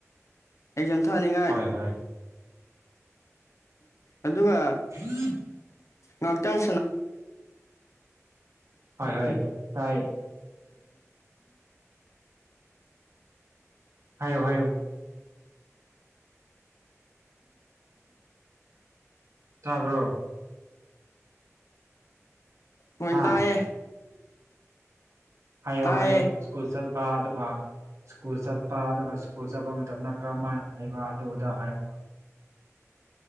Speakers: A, on the left; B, on the right.
A: ꯑꯦꯛꯖꯥꯝ ꯊꯥꯅꯤꯡꯉꯥꯏ
B: ꯍꯣꯏ ꯍꯣꯏ
A: ꯏꯗꯨꯒ
B: <inaudible>
A: ꯉꯥꯛꯇꯪ ꯁꯅ
B: ꯍꯣꯏ ꯍꯣꯏ ꯇꯥꯏ ꯍꯥꯏꯌꯣ ꯍꯥꯏꯌꯨ ꯇꯥꯕ꯭ꯔꯣ
A: ꯍꯣꯏ
B: ꯍꯥ
A: ꯇꯑꯌꯦ
B: ꯍꯥꯏꯌꯣ
A: ꯇꯥꯏꯌꯦ
B: ꯍꯥꯏꯌꯣ ꯁ꯭ꯀꯨꯜ ꯆꯠꯄ ꯑꯗꯨꯒ ꯁ꯭ꯀꯨꯜ ꯆꯠꯄ ꯑꯗꯨꯒ ꯁ꯭ꯀꯨꯜ ꯆꯠꯄ ꯃꯇꯝꯗ ꯀꯔꯝ ꯍꯥꯏꯅ ꯍꯥꯏꯕ ꯑꯗꯨꯗ ꯍꯥꯏꯌ